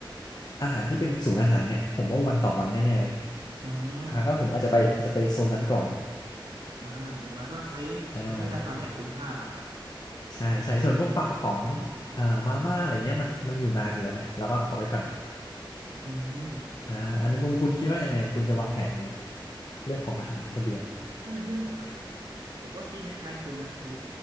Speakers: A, on the left (about 50°); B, on the right (about 70°).
A: อาหารที่เป็นศูนย์อาหารเนี่ยผมว่าวันต่อวันแน่ๆเลย
B: เอ่า
A: อ่าก็ผมอาจจะไปอาจจะไปโซนนั้นก่อน
B: อ่าอย่างน้อยก็ใช้ใช้ทรัพยากรเนี่ยคุ้มค่าเนาะ
A: อ่าอ่าใช่ใช่ส่วนพวกปลากระป๋องอ่ามาม่าอะไรเงี้ยมันมันอยู่นานอยู่แล้วไงเราก็เอาไว้ก่อน
B: อืม
A: อ่าอันนี้มุมคุณคิดว่ายังไงคุณจะวางแผนยังไงเรื่องของอาหารเสบียง
B: ถ้าเป็นเรื่องของอาหารล่ะผมผมก็คิดคล้ายๆคุณนะคือ